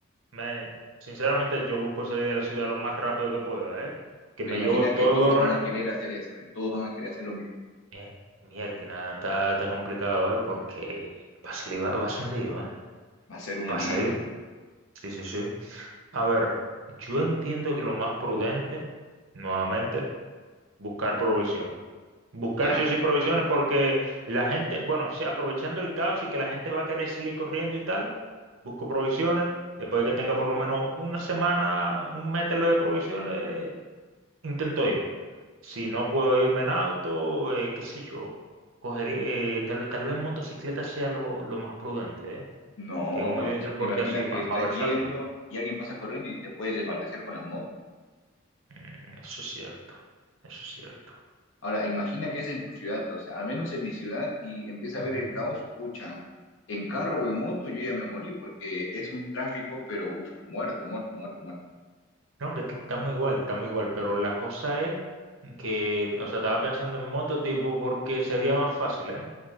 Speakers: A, on the right; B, on the left.
A: Man, sinceramente yo busco salir de la ciudad lo más rápido que pueda, ¿eh? Que
B: Pero
A: me
B: imagina
A: llevo todo
B: que todos
A: lo...
B: van a querer hacer eso, ¿eh? Todos van a querer hacer lo mismo.
A: Eh, Mierda, está, está complicado, ¿eh? Porque va a salir, va, va a ser un lío, ¿eh?
B: Va a ser un
A: Va a
B: lío,
A: salir...
B: ¿eh?
A: Sí, sí, sí. A ver, yo entiendo que lo más prudente, nuevamente, Buscar provisiones. Buscar
B: Claro.
A: sí o sí provisiones porque la gente, bueno, o sea, aprovechando el caos y que la gente va a querer salir corriendo y tal, busco provisiones. Después de que tenga por lo menos una semana, un mételo de provisiones, intento irme. Si no puedo irme en auto, eh, qué sé yo, cogeré, eh, tal, tal vez motocicleta sea lo, lo más prudente, ¿eh?
B: No,
A: Que un medio de transporte
B: imagina
A: así
B: que
A: más,
B: estás
A: más versátil.
B: yendo y alguien pasa corriendo y te puedes desbalancear con la moto.
A: Mm, eso es cierto, eso es cierto.
B: Ahora, imagina que es en tu ciudad, o sea, al menos en mi ciudad, y empieza a
A: Ujú.
B: ver el caos, pucha, en carro o en moto yo ya me morí porque es un tráfico, pero uf, muerto, muerto, muerto, muerto.
A: No, que t- estamos igual, estamos igual, pero la cosa es que, o sea, estaba pensando en moto tipo porque sería más fácil, ¿eh?